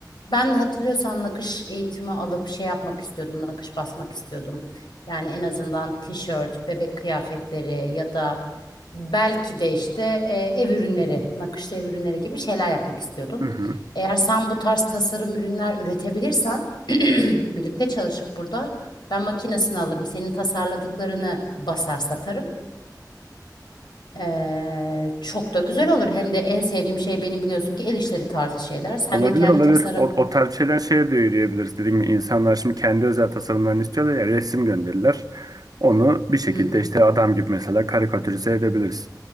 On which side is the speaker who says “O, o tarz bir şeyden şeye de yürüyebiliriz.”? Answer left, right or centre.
Right